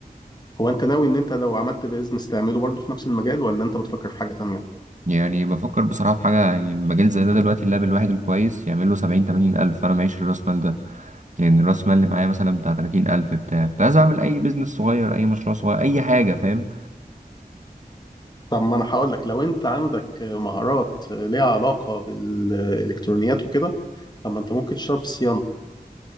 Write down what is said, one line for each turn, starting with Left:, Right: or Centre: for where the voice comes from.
Left: هو انت ناوي ان انت لو عملت بيزنس تعمله برضه في نفس المجال ولا انت بتفكر في حاجه تانية
Right: يعني بفكر بصراحة في حاجة يعني المجال زي ده دلوقتي اللاب الواحد الكويس يعمل له سبعين تمانين ألف أنا معيش الراس مال ده يعني الراس مال اللي معايا مثلا بتاع تلاتين ألف بتاع كنت عايز أعمل أي بيزنس صغير أي مشروع صغير أي حاجة فاهم
Left: طب ما انا هقول لك لو انت عندك مهارات ليها علاقه بالالكترونيات وكده طب ما انت ممكن تشتغل في الصيانه